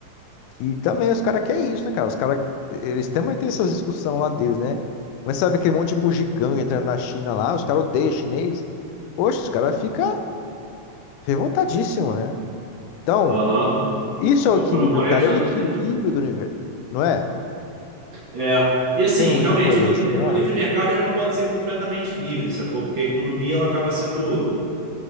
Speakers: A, on the left (about 80°); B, on the right (about 50°).
A: E também os caras querem isso, né, cara? Os caras, eles também têm essas discussões lá deles, né? Mas sabe aquele monte de bugiganga entrando na China lá, os caras odeiam chinês. Oxe, os caras ficam revoltadíssimos, né? Então,
B: Aham.
A: isso
B: Não,
A: é o equilíbrio,
B: quando eu morei
A: cara.
B: nos Estados
A: É o equilíbrio
B: Unidos.
A: do universo, não é?
B: É. E
A: Não
B: assim,
A: tem muita
B: realmente,
A: coisa
B: o livre,
A: da China
B: o livre
A: lá.
B: mercado ele não pode ser completamente livre, sacou? Porque a economia ela acaba sendo